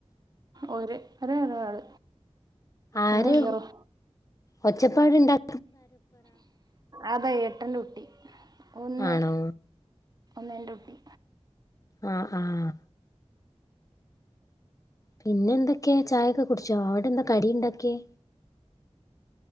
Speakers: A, on the right; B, on the left.
A: ഒര് ഒരേ ഒരാള്
B: ആര്
A: ഒന്ന് ഗർ
B: ഒച്ചപ്പാട്ണ്ടാക്
A: അതാ എട്ടൻന്റെ കുട്ടി ഒന്ന്
B: ആണോ
A: ഒന്നെൻറ്റൂട്ടി
B: ആഹ് ആഹ് പിന്നെ എന്തൊക്കെയാ ചായയൊക്കെ കുടിച്ചോ അവിടെ എന്താ കടി ഇണ്ടാക്കിയെ